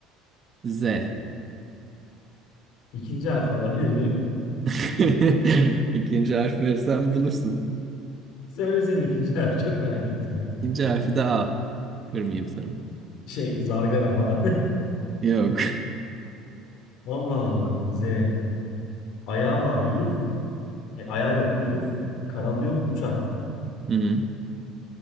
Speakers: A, on the right; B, on the left.
A: Z.
B: İkinci harfi alabilir miyim?
A: <laughs> İkinci harf verirsen bulursun.
B: Söylesene ikinci harfi. Çok merak ettim ya.
A: İkinci harfi de A. Kırmayayım seni.
B: Şey zargana falan.
A: Yok.
B: <laughs> Allah Allah. Z. Ayağı var yürür. E, ayağı yok yürür. Kanadı yok uçar.
A: Hı.